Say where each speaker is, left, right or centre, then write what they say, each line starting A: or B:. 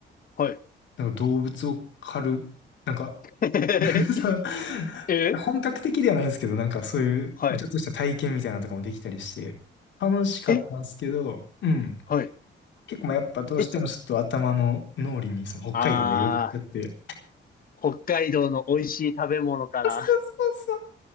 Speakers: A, on the left; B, on the left.
A: はい。
B: なんか動物を狩る、なんか
A: <laughs>
B: <laughs> そう
A: え、
B: 本格的ではないんですけど、なんかそういう、
A: はい。
B: まあちょっとした体験みたいなのとかもできたりして、楽しかったんですけど、
A: え、
B: うん。
A: はい。
B: 結構まあやっぱどうしてもちょっと頭の脳裏にその北海道がよぎっちゃって。
A: え、ああー、北海道の美味しい食べ物から、
B: あそうそうそ